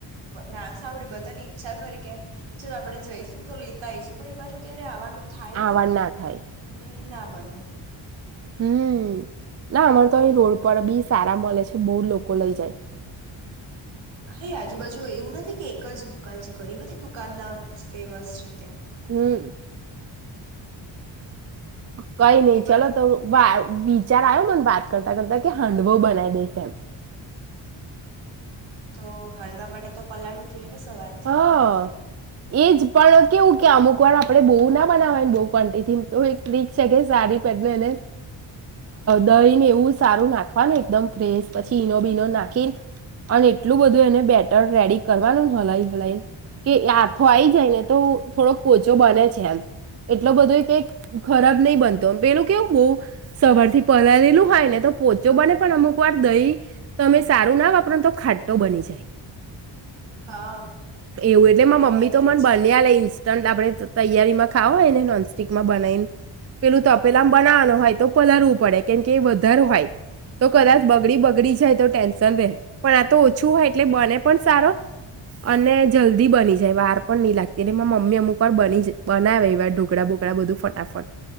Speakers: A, on the right; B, on the right.
A: બહ નામ સાંભળી બધાની ઈચ્છા કરી કે, ચાલ આપડે જઈશું. તો લેતા આવીઈશું પણ એ બાજુ ક્યારે આવવાનું. થાય
B: આવાડ
A: ને
B: ના થાય
A: અને ના બને એમ
B: હમ્મ, ના અમારે તો અહી રોડ પર બી સારા મળે છે બહુ લોકો લઈ જાય.
A: હા, આજુબાજુ એવું નથી. કે એક જ દુકાન છે. ઘણી બધી દુકાન ના ફેમસ છે. ત્યાં
B: હમ્મ, કઈ નહી,
A: એ બટ
B: ચલો તો વા બ વિચાર આવ્યો. મને વાત કરતા કરતા કે હાંડવો બનાવી દેશે એમ
A: તો હાડવા માટે તો પલાળવું જોઈએ. ને સવારથી.
B: હા, એજ પણ કેવું કે, અમુક વાર આપડે બહુ ના બનાવાયને બહુ ક્વોન્ટિટી તો એક ટ્રીક છે. કે સારી પે એને દહીને એવું સારું નાખવાનું એકદમ ફ્રેશ પછી, ઈનો બીનો નાખી અને એટલું બધું એને બેટર રેડી કરવાનું હલાય કે હાથો આઈ જાય ને તો થોડોક પોચો બને છે. એમ એટલો બધો એ ક ખરાબ નહી, બનતો એમ પેલું કેવું બહ સવાર થી પલાયેલું હોય ને તો પ પોચો
A: હા
B: બને પણ અમુક વાર દહી તમે સારું ના વાપર તો ખાટો બની જાય.
A: હા.
B: એવું એટલે
A: ઘણી
B: મા મમ્મી
A: વાર થાય
B: તો મને
A: છે
B: બન્યા લઈ. આપણે તૈયારી માં ખાવવા હોય ને નોનસ્ટિકમાં બનાવીને પેલું તપેલા આ બનાવાનું હોય તો પલળવું પડે કેમકે વધારે હોય. તો કદાચ
A: હા.
B: બગડી બગડી જ. જ તો ટેન્શન ર પણ આ તો ઓછું હોય એટલે બને પણ સારો. અને જલ્દી બની જાય વાર પણ નહી લાગતી એટલે મમ્મી અમુક વાર બ બનાવે એ વાર ઢોકળા બોગળા બધું ફટાફટ